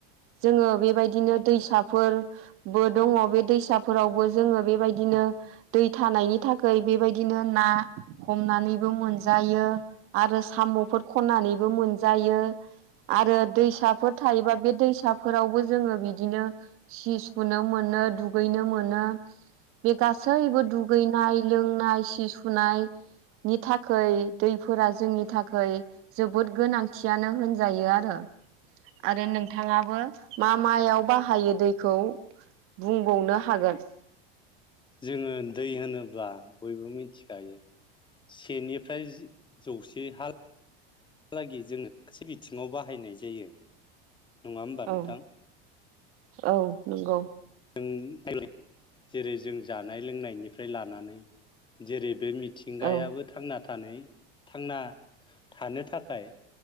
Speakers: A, on the right (about 45°); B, on the left (about 15°).
A: जोङो बेबायदिनो दैसाफोर बो दङ बे दैसाफोरावबो जोङो बेबायदिनो दै थानायनि थाखाय बेबायदिनो ना हमनानैबो मोनजायो आरो साम'फोर खन्नानैबो मोनजायो। आरो दैसाफोर थायोबा बे दैसाफोरावबो जोङो बिदिनो सि फुनो मोनो दुगैनो मोनो बे गासैबो दुग गैनाय लोंनाय सि सुनाय नि थाखै दैफोरा जोंनि थाखै जोबोद गोनांथियानो होनजायो आरो आरो नोंथाङाबो मा मायाव बाहायो दैखौ बुंबावनो हागोन
B: जोङो दै होनोब्ला बयबो मिथिखायो सेनि फ्राय जौसे हा <unintelligible> हालागै जोङो गासै बिथिङाव बाहायनाय जायो। नङा होमबा नोंथां
A: औ औ नंगौ
B: जों जेरै जेरै जों जानाय लोंनायनिफ्राय लानानै जेरै बे मिथिंगायाबो
A: औ
B: थांना थानै थांना थानो थाखाय